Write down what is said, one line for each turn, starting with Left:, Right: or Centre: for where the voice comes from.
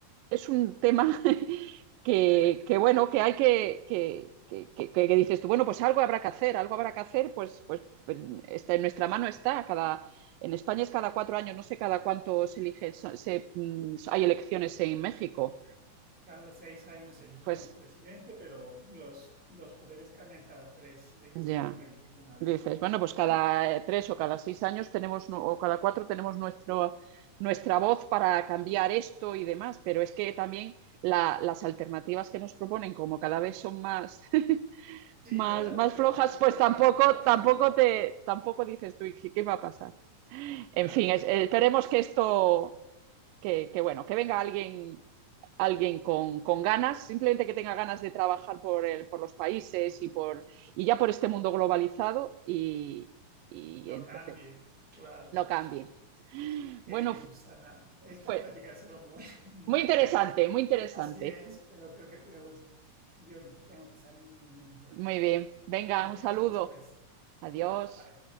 Right: es un tema <laughs> que, que bueno, que hay que, que, que, que que dices tú, bueno, pues algo habrá que hacer, algo habrá que hacer, pues, pues, pues está, en nuestra mano está, cada, en España es cada cuatro años, no sé cada cuánto se elige, se, hay elecciones en México.
Centre: Cada seis años elegimos
Right: Pues
Centre: presidente, pero los, los poderes cambian cada tres eh, y
Right: ya,
Centre: se pueden reelegir una vez.
Right: dices, bueno, pues cada tres o cada seis años tenemos, o cada cuatro tenemos nuestro, nuestra voz para cambiar esto y demás, pero es que también la, las alternativas que nos proponen, como cada vez son más, <laughs>
Centre: Sí,
Right: más,
Centre: ¿verdad?
Right: más
Centre: De peor,
Right: flojas,
Centre: peor
Right: pues tampoco,
Centre: calidad. <laughs>
Right: tampoco, te, tampoco dices tú, ¿qué va a pasar? En
Centre: Claro,
Right: fin, es,
Centre: claro.
Right: esperemos que esto, que, que, bueno, que venga alguien alguien con, con, ganas, simplemente que tenga ganas de trabajar por, el, por los países y, por, y ya por este mundo globalizado y, y
Centre: lo
Right: entonces
Centre: cambien, claro.
Right: no cambie.
Centre: Ok,
Right: Bueno,
Centre: Susana. Esta
Right: fue
Centre: platicación muy, muy,
Right: muy interesante, muy interesante.
Centre: así es, pero creo que tenemos, yo tengo que salir un momento.
Right: Muy bien, venga,
Centre: Seguimos
Right: un saludo,
Centre: después.
Right: adiós.
Centre: Igual, bye.